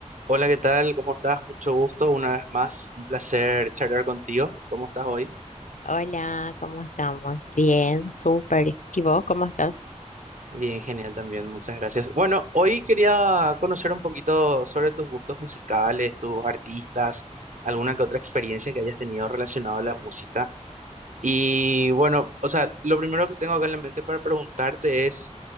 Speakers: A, on the right; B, on the left.
A: Hola, ¿qué tal? ¿Cómo estás? Mucho gusto, una vez más, un placer charlar contigo. ¿Cómo estás hoy?
B: Hola, ¿cómo estamos? Bien, súper. ¿Y vos cómo estás?
A: Bien, genial también, muchas gracias. Bueno, hoy quería conocer un poquito sobre tus gustos musicales, tus artistas, alguna que otra experiencia que hayas tenido relacionado a la música. Y bueno, o sea, lo primero que tengo acá en la mente para preguntarte es,